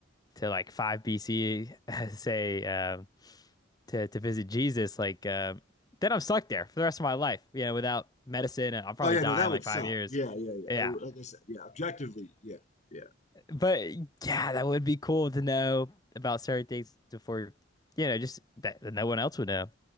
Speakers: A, on the left; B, on the left.
A: to like five BC, <laughs> say um, to to visit Jesus, like um, then I'm stuck there for the rest of my life. You know, without medicine, and I'll probably
B: Oh, yeah,
A: die
B: no, that
A: in like
B: would
A: five
B: suck.
A: years.
B: Yeah, yeah, yeah.
A: Yeah,
B: It, would- like I said, yeah, objectively, yeah, yeah,
A: but yeah, that would be cool to know about certain things before, you know, just that, that no one else would know.